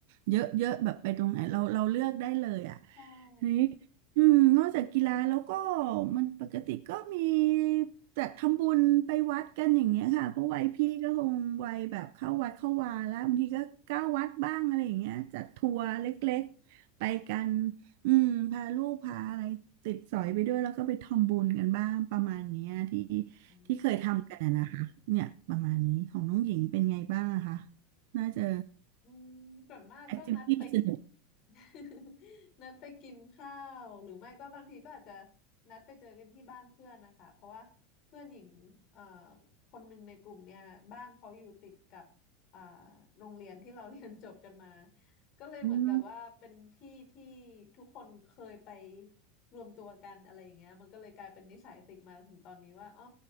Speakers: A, on the right (about 65°); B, on the left (about 45°).
A: เยอะเยอะแบบไปตรงไหนเราเราเลือกได้เลยอ่ะ
B: ใช่
A: ทีนี้อืมนอกจากกีฬาแล้วก็มันปกติก็มี จัดทำบุญไปวัดกันอย่างเงี้ยค่ะเพราะวัยพี่ก็คงวัยแบบเข้าวัดเข้าวาแล้วบางทีก็เก้าวัดบ้างอะไรอย่างเงี้ยจัดทัวร์เล็กๆไปกันอืมพาลูกพาอะไรติดสอยไปด้วยแล้วก็ไปทำบุญกันบ้างประมาณเนี้ยที่
B: อืมค่ะ
A: ที่เคยทำกันนะนะคะเนี่ยประมาณนี้ของน้องหญิงเป็นไงบ้างอะคะน่าจะ
B: อืมส่วนมากก็นัดไป
A: แอคทิวิตี้สนุก
B: <laughs> นัด <laughs> ไปกินข้าวหรือไม่ก็บางทีก็อาจจะนัดไปเจอกันที่บ้านเพื่อนนะคะเพราะว่าเพื่อนหญิงเอ่อคนหนึ่งในกลุ่มเนี่ยบ้านเขาอยู่ติดกับอ่าโรงเรียนที่เราเรียนจบกันมาก็เลยเหมือนกับว่าเป็นที่ที่
A: อืม
B: ทุกคนเคยไปรวมตัวกันอะไรอย่างเงี้ยมันก็เลยกลายเป็นนิสัยติดมาถึงตอนนี้ว่าอ๋อ